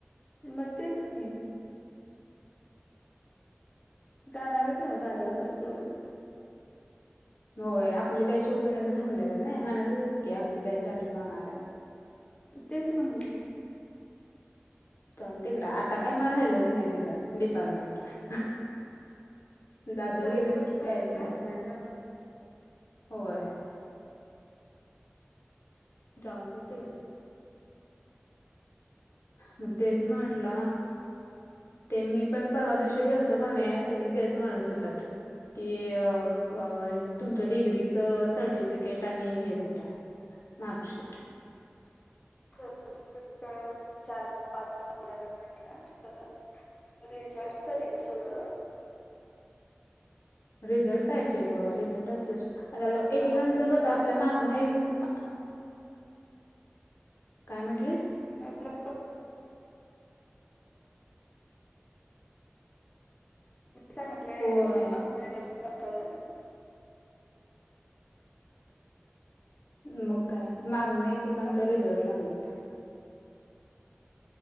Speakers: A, on the left; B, on the left.
A: म तेच की. जाणार हायत नव्ह जाधव सर सोडून.
B: होय आपली बॅच होऊपर्यंत थांबलेलत नाही म्हणतत की आपली बॅच झाल्या वर जाणाराय.
A: तेच म्हणलं
B: जाऊदे तिकड आता काय मग राहिलच नाही तिथं डिपार्टमेंटला. जाधव
A: मी जरा
B: गेलेत की काहीच नाही
A: राहत ग
B: होय. जाऊंदे तिकड. म तेच म्हंटल ते मी पण परवा दिवशी गेलतो कणी त्यांनी तेच म्हणत होतात. कि अ अ तुमचं डिग्रीचं सर्टिफिकेट आणि हे कुठाय. मार्कशीट.
A: <unintelligible> चार पाच <unintelligible> खरं. रिझल्ट तरी ग सगळं.
B: रिझल्ट पाहिजे ग रिझल्ट असल्या शी आता ल एकेकांचा
A: मला पण तर
B: गत
A: क्लास
B: आपल्या मागन एक मा. काय म्हटलीस.
A: <unintelligible> म सांगितलंय
B: होय
A: <unintelligible>
B: मंग कायं मागूण एकेकांच
A: बाकी
B: रिझल्ट लागलंत